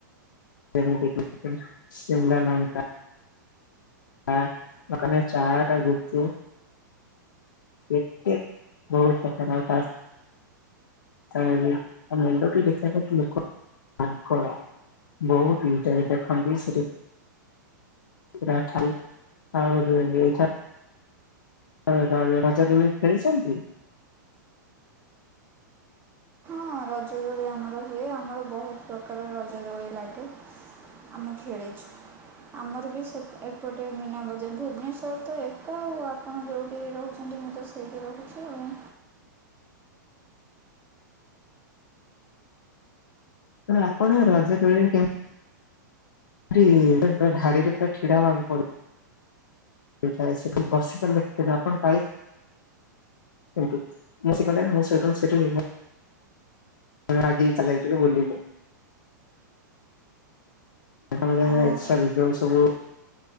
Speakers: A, on the left (about 85°); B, on the right (about 20°).
A: <unintelligible> ଶିମଲା ଲଙ୍କା। କା <unintelligible> ଚାଟ, ଗୁପଚୁପ। କେତେ ବହୁତ ପ୍ରକାର <unintelligible> <unintelligible> ଦେଖିବା କି ଲୋକ ପାଗଳ ବହୁତ <unintelligible> ଦେଖନ୍ତି ସେଠୀ। <unintelligible> ଆ ର ରଜ ଦୋଳି ଖେଳିଛନ୍ତି?
B: ହଁ ରଜ ଦୋଳି ଆମର ହୁଏ ଆମର ବହୁତ ପ୍ରକାର ରଜଦୋଳି ଲାଗେ। ଆମେ ଖେଳିଛୁ। ଆମର ବି ସେ ଏପଟେ ମୀନା ବଜାର ଭୁବନେଶ୍ୱର ତ ଏକା। ଆପଣ ଯୋଉଠି ରହୁଛନ୍ତି ମୁଁ ତ ସେଇଠି ରହୁଛି ଆଉ।
A: ଆପଣ ରଜ ଦୋଳି କେ ଧାଡିରେ ପୁରା ଛିଡ଼ାବାକୁ ପଡ। ସେଇଟା ସେଠି ବସି ପା <unintelligible> ଆପଣ ପାଳି <unintelligible> ରାଗିକି <unintelligible> ବୁଲିଲୁ। <unintelligible>
B: ଓହୋ
A: ସରି ଯୋଉ ସବୁ